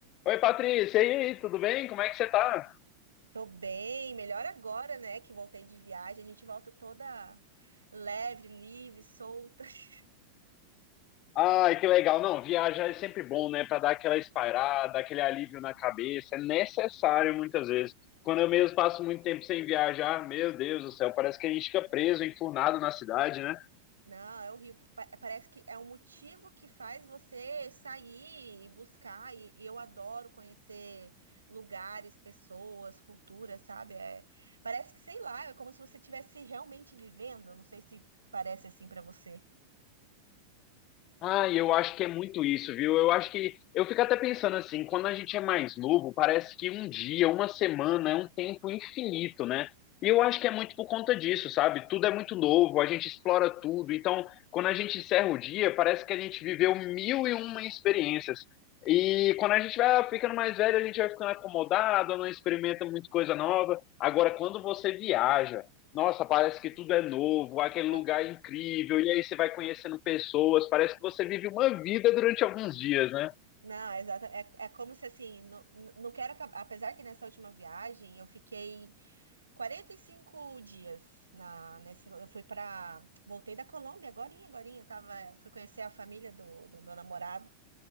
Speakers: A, on the left; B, on the right.
A: Oi, Patrícia, e aí, tudo bem? Como é que você tá?
B: Tô bem, melhor agora, né, que voltei de viagem. A gente volta toda leve, livre, solta. <laughs>
A: Ai, que legal. Não, viajar é sempre bom, né? Para dar aquela espairada, aquele alívio na cabeça. É necessário muitas vezes. Quando eu mesmo passo muito tempo sem viajar, meu Deus do céu, parece que a gente fica preso, enfurnado na cidade, né?
B: Não, é horrível. Pa- parece que é um motivo que faz você sair e buscar. E, e eu adoro conhecer lugares, pessoas, culturas, sabe? É, parece que, sei lá, é como se você estivesse realmente vivendo. Não sei se parece assim pra você.
A: Ah, eu acho que é muito isso, viu? Eu acho que eu fico até pensando assim, quando a gente é mais novo, parece que um dia, uma semana é um tempo infinito, né? E eu acho que é muito por conta disso, sabe? Tudo é muito novo, a gente explora tudo. Então, quando a gente encerra o dia, parece que a gente viveu mil e uma experiências. E quando a gente vai ficando mais velho, a gente vai ficando acomodado, não experimenta muita coisa nova. Agora, quando você viaja, nossa, parece que tudo é novo, aquele
B: Ah,
A: lugar é incrível, e aí você vai conhecendo pessoas, parece que você vive uma vida durante alguns dias, né?
B: Não, exato. É, é como se assim, não, não quero acabar. Apesar que nessa última viagem eu fiquei 45 dias na, nesse. Eu fui pra. Voltei da Colômbia agorinha, agorinha. Eu tava, fui conhecer a família do, do meu namorado.